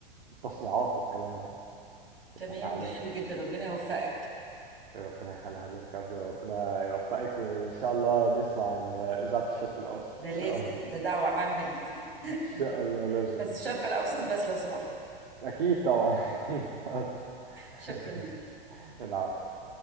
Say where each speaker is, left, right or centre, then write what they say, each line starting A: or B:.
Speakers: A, on the right; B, on the right.
A: التصنيعات والكلام ده
B: تمام
A: التفاعلات
B: ده حلو
A: والحاجات
B: جدا
A: دي
B: ربنا
A: كلها
B: يوفقك
A: إيه، ربنا يخلي حضرتك يا عبد ربنا يوفقك وإن شاء الله نسمع عن إذاعة الشرق الأوسط
B: ده
A: إن
B: لازم
A: شاء الله
B: ده دعوه عامه ليك
A: إن شاء الله
B: <laughs>
A: لازم
B: بس
A: إن
B: الشرق
A: شاء الله
B: الاوسط بس لو سمحت
A: أكيد طبعا <laughs> أكيد حاضر
B: شكرا
A: <laughs>
B: ليك
A: العفو